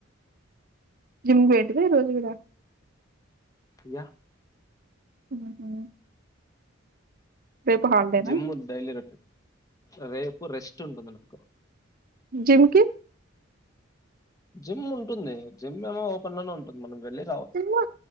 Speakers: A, on the right; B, on the left.
A: జిమ్ కి పోయితివా ఈ రోజు కూడా?
B: యా
A: ఉహు రేపు హాలిడేనా
B: జిమ్ము డైలీ రోటి, రేపు రెస్ట్ ఉంటది నాకు
A: జిమ్కి
B: జిమ్ ఉంటుంది జిమ్ ఏమో ఓపెన్ లోనే ఉంటుంది, మనం వెళ్లే
A: gym